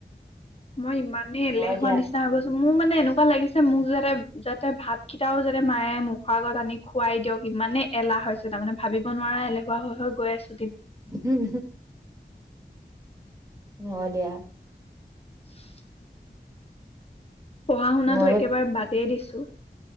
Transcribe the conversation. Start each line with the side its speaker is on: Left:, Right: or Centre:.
Left: মই ইমানে এলেহুৱা
Right: হয় দিয়া
Left: নিচিনা হৈ গৈছো, মোৰ মানে এনেকু <unintelligible> লাগিছে মোক যাতে-যাত <unintelligible> ভাত কেইটাও যাতে মায়ে মুখৰ আগত আনি খুৱাই দিয়ক, ইমানে এলাহ হৈছে, তাৰমানে ভাবিব নোৱাৰা এলেহুৱা হৈ হৈ গৈ আছোঁ।
Right: হম হ হম। অ' দিয়া।
Left: <inaudible> পঢ়া শুনাতো
Right: মোৰ
Left: একেবাৰে বাদেই দিছো। <unintelligible>